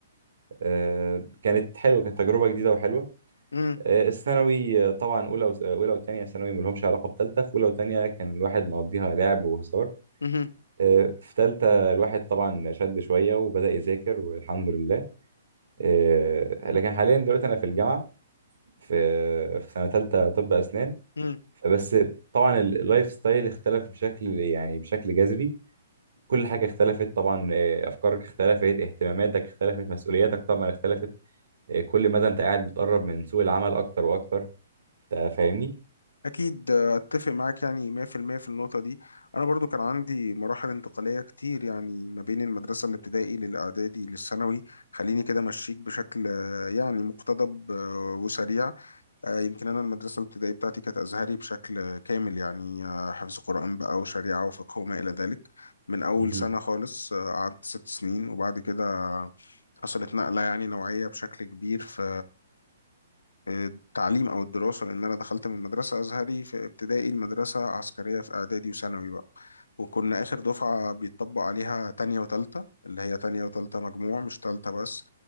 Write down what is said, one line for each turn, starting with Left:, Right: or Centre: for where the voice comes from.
Right: آه، كانت حلوة كانت تجربة جديدة وحلوة
Left: امم
Right: آه، الثانوي آه، طبعا اولى وس- اولى وثانيه ثانوي ما لهمش علاقه بثالثه في اولى وثانيه كان الواحد مقضيها لعب وهزار
Left: امم
Right: آه، في ثالثه الواحد طبعا شد شويه وبدا يذاكر والحمد لله آه، لكن حاليا دلوقتي انا في الجامعه في في سنه ثالثه طب اسنان
Left: امم
Right: فبس طبعا ال- اللايف ستايل اختلف بشكل يعني بشكل جذري كل حاجه اختلفت طبعا آه، افكارك اختلفت اهتماماتك اختلفت مسؤولياتك طبعا اختلفت آه، كل مدى انت قاعد بتقرب من سوق العمل اكتر واكتر انت فاهمني
Left: اكيد آه، اتفق معاك يعني 100% في المية في النقطه دي انا برضو كان عندي مراحل انتقاليه كتير يعني ما بين المدرسه الابتدائي للاعدادي للثانوي خليني كده امشيك بشكل آه، يعني مقتضب آه، وسريع آه، يمكن أنا المدرسة الابتدائية بتاعتي كانت أزهري بشكل كامل يعني آه، حفظ قرآن بقى وشريعة وفقه وما إلى ذلك من أول
Right: مهم.
Left: سنة خالص آه، قعدت ست سنين وبعد كده حصلت نقلة يعني نوعية بشكل كبير في التعليم او الدراسه لان انا دخلت من مدرسه ازهري في ابتدائي المدرسه عسكريه في اعدادي وثانوي بقى وكنا اخر دفعه بيطبق عليها تانية وتالتة اللي هي تانية وتالتة مجموع مش تالتة بس